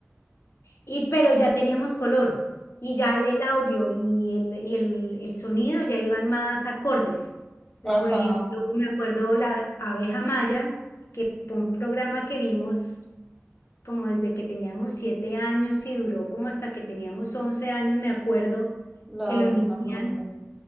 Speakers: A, on the left; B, in the centre.
A: y, pero ya teníamos color, y ya el audio y el, y el, el sonido ya iban más acordes. Entonces,
B: Ajá,
A: por ejemplo, me acuerdo la abeja maya, que fue un programa que vimos como desde que teníamos siete años y duró como hasta que teníamos once años, me acuerdo
B: la
A: que lo
B: abeja
A: emitían.
B: maya.